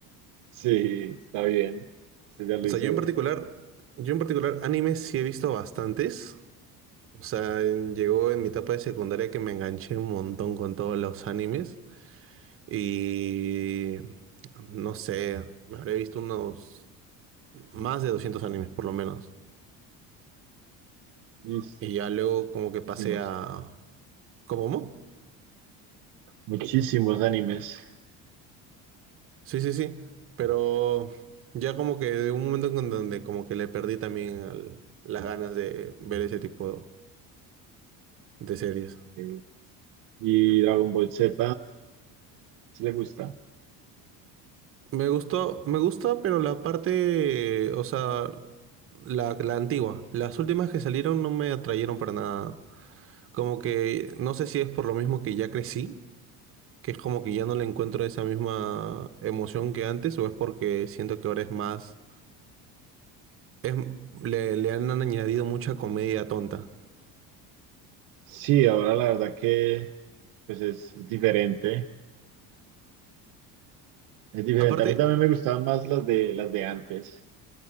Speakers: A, on the right; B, on the right.
A: Sí, está bien. Usted ya lo
B: O
A: hizo.
B: sea, yo en particular, yo en particular, anime sí he visto bastantes. O sea, en- llegó en mi etapa de secundaria que me enganché un montón con todos los animes. Y no sé, me habré visto unos más de 200 animes por lo menos.
A: Y
B: Y ya luego como que pasé
A: hicimos
B: a... ¿Cómo? ¿Cómo?
A: muchísimos animes.
B: Sí, sí, sí. Pero ya como que de un momento en donde como que le perdí también al- las ganas de ver ese tipo de series.
A: Eh, Y Dragon Ball Z, si le gusta?
B: Me gustó, me gusta, pero la parte, o sea, la, la antigua. Las últimas que salieron no me atrayeron para nada. Como que no sé si es por lo mismo que ya crecí que es como que ya no le encuentro esa misma emoción que antes, o es porque siento que ahora es más, es, le, le han añadido mucha comedia tonta.
A: Sí, ahora la verdad que pues es, es diferente. Es diferente.
B: Aparte,
A: A mí también me gustaban más las de las de antes.